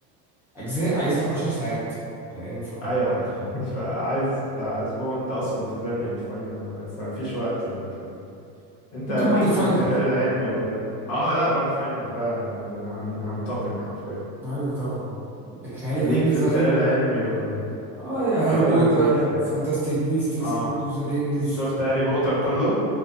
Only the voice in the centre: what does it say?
اجزاء عايز لك عشر ساعات فاهم فممكن
بعد
الفاينل
ايوه طبعا الخيال
العلمي
زي
اه يا
هاري بوتر
فانتاستيك بيستس
لورد اوف ذا رينجز